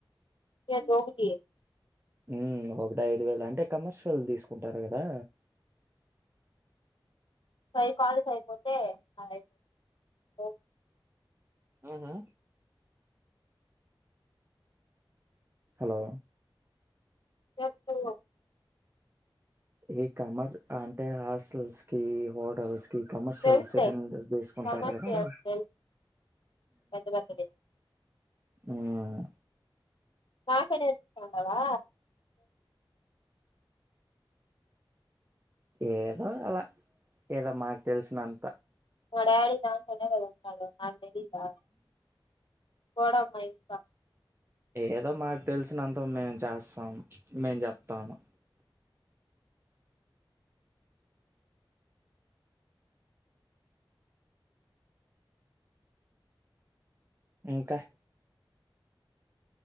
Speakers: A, on the left; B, on the right.
A: దే దోకటి
B: ఉమ్ ఒకటి ఐదు వేల అంటే కమర్షియల్ తీసుకుంటారు కదా
A: పై కాల్స్ అయిపోతే నాద్ అయిపో ఓ
B: ఆహా హలో
A: చెప్పు
B: ఈ కమర్ అంటే హాస్టల్స్ కి హోటల్స్ కమర్షియల్
A: తెలుసులే
B: సిరన్ వేసుకుంటారు
A: సమస్య
B: కదా
A: పెద్ద పెద్దవి
B: ఊమ్ ఆ
A: నాకే నేర్పిస్తాండవా
B: ఏదో అలా ఏదో మాకు తెలిసినంత
A: మా డాడీ దాంట్లోనే గదా ఉన్నాడు అ తెలీదా కోడమ్మా ఇస్
B: ఏదో మాకు తెలిసినంత మేము చేస్తాం. మేం చెప్తాము. ఇంకా